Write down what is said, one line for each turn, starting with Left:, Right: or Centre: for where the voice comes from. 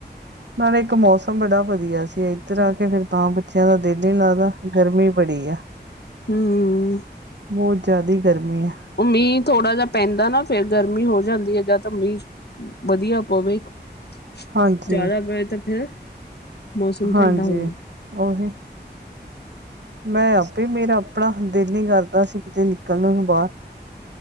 Right: ਨਾਲੇ ਇੱਕ ਮੌਸਮ ਬੜਾ ਵਧੀਆ ਸੀ ਇੱਧਰ ਆ ਕੇ ਫਿਰ ਤਾਂ ਬੱਚਿਆਂ ਦਾ ਦਿਲ ਹੀ ਲੱਗਦਾ ਗਰਮੀ ਬੜੀ ਆ
Left: ਹੂੰ
Right: ਬਹੁਤ ਜ਼ਿਆਦਾ ਹੀ ਗਰਮੀ ਏ
Left: ਉਹ ਮੀਂਹ ਥੋੜਾ ਜਿਹਾ ਪੈਂਦਾ ਨਾ ਫੇਰ ਗਰਮੀ ਹੋ ਜਾਂਦੀ ਹੈ ਜ ਤਾਂ ਮੀਂਹ ਵਧੀਆ ਪਵੇ ਜ਼ਿਆਦਾ
Right: ਹਾਂਜੀ
Left: ਪਵੇ ਤਾਂ ਫਿਰ ਮੌਸਮ ਠੰਡਾ
Right: ਹਾਂਜੀ
Left: ਹੋ ਜਾ
Right: ਉਹੀ ਮੈਂ ਆਪੇ ਮੇਰਾ ਆਪਣਾ ਦਿਲ ਹੀ ਕਰਦਾ ਸੀ ਕਿਤੇ ਨਿਕਲਣ ਨੂੰ ਬਾਹਰ